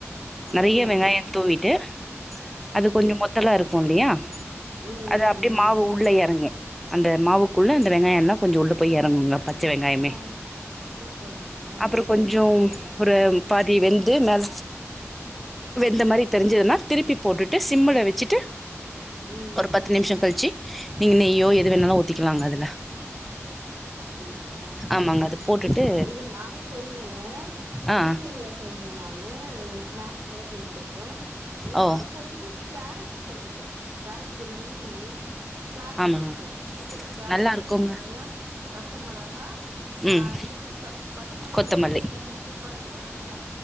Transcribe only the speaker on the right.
அப்டிங்களா
ம்
ம்
ம்
ம்
ஆ சூப்பருங்க அ
ம்
அப்பிடிங்களா செரி
செரி
இது நானு செய்வங்க
ஈவினிங்ல செய்வே நானு ஸ்நாக்ஸ் மாரி செஞ்சு குடுப்ப இதோட
கொஞ்சோ கேரட்டு சேத்துப்ப கேரட் துருவி இ கேரட்
மட்டு சேத்துப்ப இதுல கேரட்டு
வெங்காய பச்சமொளகா
அ இது மட்டு பச்சமொளகா
மோஸ்ட்லி ரொம்ப ஸ்கிப் பண்ணிடுவ நானு